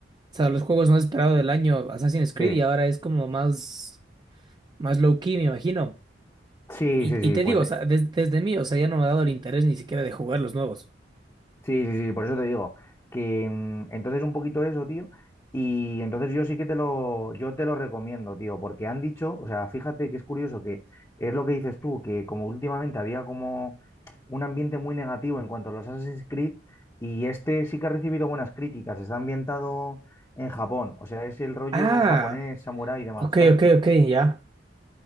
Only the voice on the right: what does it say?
sea, los juegos más esperados del año, Assassin's Creed,
y ahora es como más, más low key, me imagino.
Y,
y te
digo, o sea, des- desde mí, o sea, ya no me ha dado el interés ni siquiera de jugar los nuevos.
Ah,
ok,
ok, ok, ya.